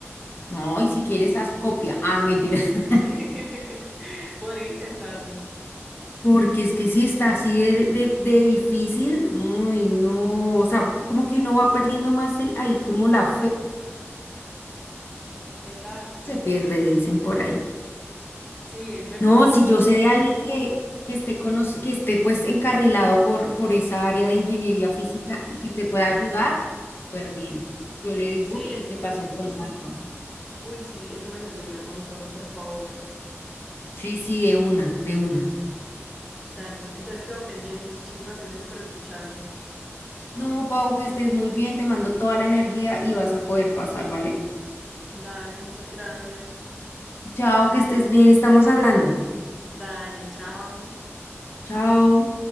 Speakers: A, on the left; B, in the centre.
A: No, y si quieres, haz copia. Ah, mentiras. <laughs>
B: <laughs> Podría intentarlo.
A: Porque es que si está así de, de, de difícil, no, y no, o sea, como que uno va perdiendo más el, ahí como la fe
B: Exacto,
A: se
B: sí.
A: pierde, dicen por ahí.
B: Sí, es verdad.
A: No, si yo sé de alguien que, que esté conoc- que esté pues encarrilado por, por esa área de ingeniería física y que te pueda ayudar, súper bien. Yo le digo
B: Sí, es
A: y te
B: que
A: paso el contacto.
B: Uy, sí, eso me serviría un montón, por favor.
A: Sí, sí, de una, de una.
B: Dale, entonces quedo pendiente y muchísimas gracias por escucharme.
A: No, Pau, que estés muy bien, te mando toda la energía y vas a poder pasar, ¿vale?
B: Dale, muchas gracias.
A: Chao, que estés bien, estamos hablando.
B: Dale, chao.
A: Chao.